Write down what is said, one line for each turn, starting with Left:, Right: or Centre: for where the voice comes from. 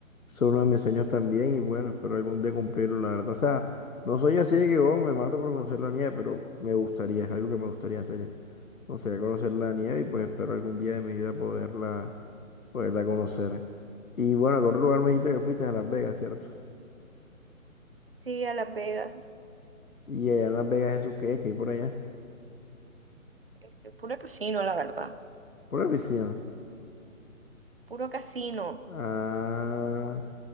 Left: es uno de mis sueños también y bueno, espero algún día cumplirlo, la verdad. O sea, no soy así de que oh, me mato por conocer la nieve, pero me gustaría, es algo que me gustaría hacer. eh. Me gustaría conocer la nieve y pues espero algún día de mi vida poderla, poderla conocer. Y bueno, ¿a qué otro lugar me dijiste que fuiste? A Las Vegas, ¿cierto?
Right: Sí, a Las Vegas.
Left: Y allá en Las Vegas, ¿eso qué es? ¿Qué hay por allá?
Right: Este, puro casino, la verdad.
Left: Por la piscina.
Right: Puro casino.
Left: Ah,